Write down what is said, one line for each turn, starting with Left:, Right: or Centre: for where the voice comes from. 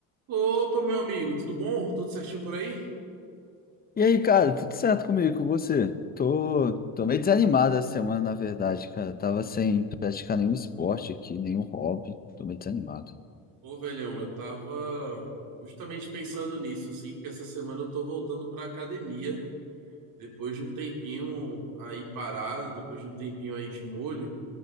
Right: Opa, meu amigo, tudo bom? Tudo certinho por aí?
Left: E aí, cara, tudo certo comigo, com você? Tô, tô meio desanimado essa semana, na verdade, cara. Tava sem praticar nenhum esporte aqui, nenhum hobby. Tô meio desanimado.
Right: Ô, velhão, eu tava justamente pensando nisso, assim, porque essa semana eu tô voltando pra academia. Depois de um tempinho aí parado, depois de um tempinho aí de molho,